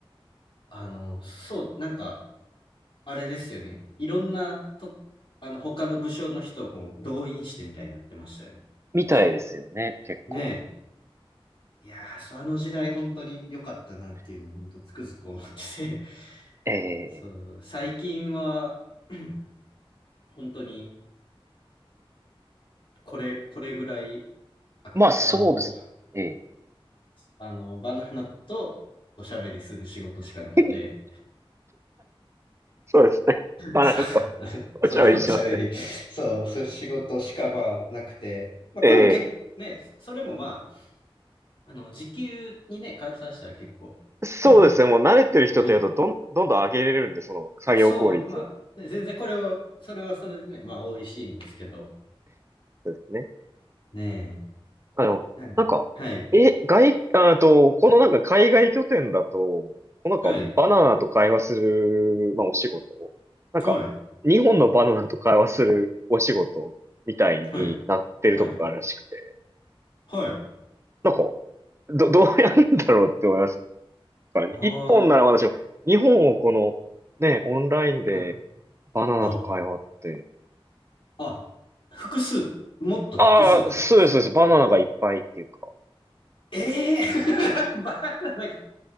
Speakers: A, on the left; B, on the right.
A: あの、そう、なんか、あれですよね。いろんな、と、あの、他の武将の人も動員してみたいになってましたよね。
B: みたいですよね、
A: 確か。
B: 結構。
A: ねえ。いやー、そうあの時代本当に良かったなっていうのを本当つくづく思ってて。<laughs>
B: ええ
A: そう、最近は、<clears throat> 本当に、これ、これぐらい、あ、こあの、
B: まあそうです。ええ
A: あの、バナナとおしゃべりする仕事しかなくて。
B: <laughs> そうですね。バナナと
A: そう
B: お茶はいりしますね。
A: <laughs> そう、おしゃべり。そう、そういう仕事しかまあなくて。まあ、
B: ええ
A: これも結ね、それもまあ、あの、時給にね、換算したら結構、
B: そうですね。
A: <clears throat>
B: もう慣れてる人ってやると、
A: おい、
B: どん、どんどん上げれるんで、その作業効率を。
A: そう、まあ、ね、全然これを、それはそれでね、まあ、美味しいんですけど、
B: そうですね。
A: ね
B: あ、でも、
A: え、何はい、
B: なんか、え、外、あと、このなんか海外拠点だと、こうなんかバナナと会話する、
A: はい、
B: まあお仕事、なんか、
A: はい、
B: 日本のバナナと会話するお仕事みたいになってるとこがあるらしくて、
A: はい、はい、はい、
B: なんか、ど、どうやるんだろうって思いますからね。
A: あ
B: 一本ならまだしも、日本をこの、ね、オンラインでバナナと会話って、
A: あ、はい、あ、あ、複数、もっと複数ってことですか
B: ああ、そうです、そうです。バナナがいっぱいっていうか。
A: ええー <laughs> バナナ、